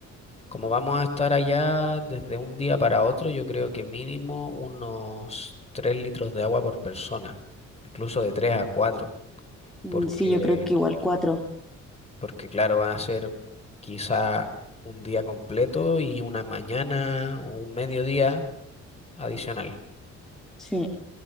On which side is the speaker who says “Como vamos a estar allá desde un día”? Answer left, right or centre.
Left